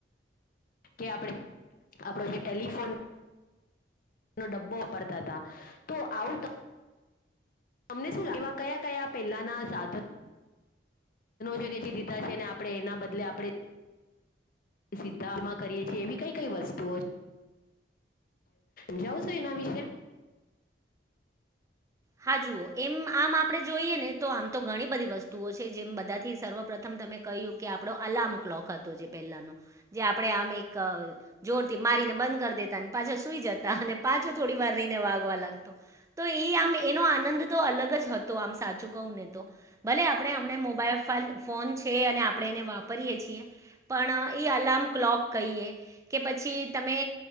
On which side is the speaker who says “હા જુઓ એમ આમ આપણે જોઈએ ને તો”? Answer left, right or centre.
Right